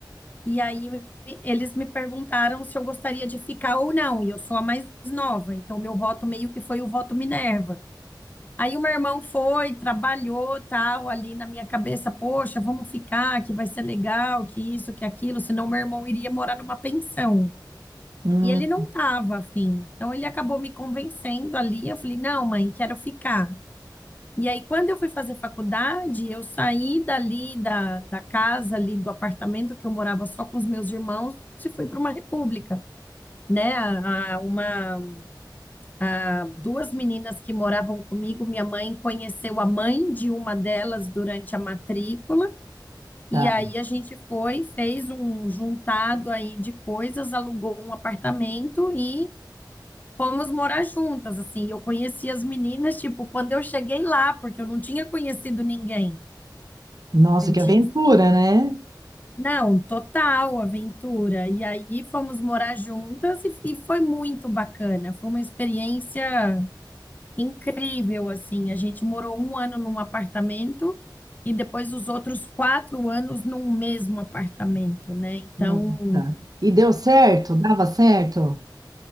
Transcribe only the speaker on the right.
Hum,
tá.
Nossa,
que aventura, né?
Nossa. E deu certo? Dava certo?